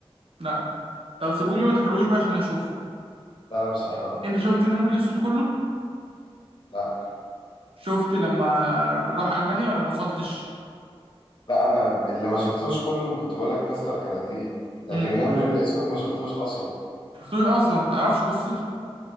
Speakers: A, on the right (about 65°); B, on the left (about 55°).
A: لا طب سيبولي وما تحرقوش بقى عشان اشوفه
B: لا لا مش هحرقه
A: انت شفت النمر الاسود كله
B: لا
A: شفت لما راح المانيا ولا ما وصلتش
B: لا انا اللي ما شفتوش كله كنت بقول لك مستر كاراتيه لكن
A: امم
B: النمر الاسود ما شفتوش اصلا
A: شفتوش اصلا ما تعرفش قصته